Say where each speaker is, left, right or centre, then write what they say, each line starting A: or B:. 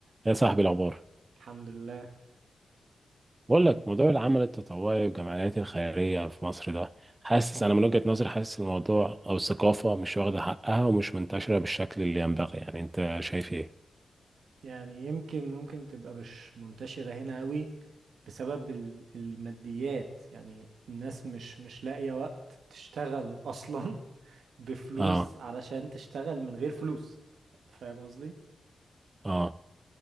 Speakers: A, on the right (about 30°); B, on the right (about 80°).
A: يا صاحبي الأخبار
B: الحمد لله
A: بقول لك موضوع العمل التطوعي والجمعيات الخيرية في مصر ده حاسس أنا من وجهة نظري حاسس الموضوع أو الثقافة مش واخدة حقها ومش منتشرة بالشكل اللي ينبغي يعني أنت شايف إيه؟
B: يعني يمكن ممكن تبقى مش منتشرة هنا قوي بسبب ال- الماديات يعني الناس مش مش لاقية وقت تشتغل أصلا <laughs> بفلوس
A: آه
B: علشان تشتغل من غير فلوس فاهم قصدي؟
A: آه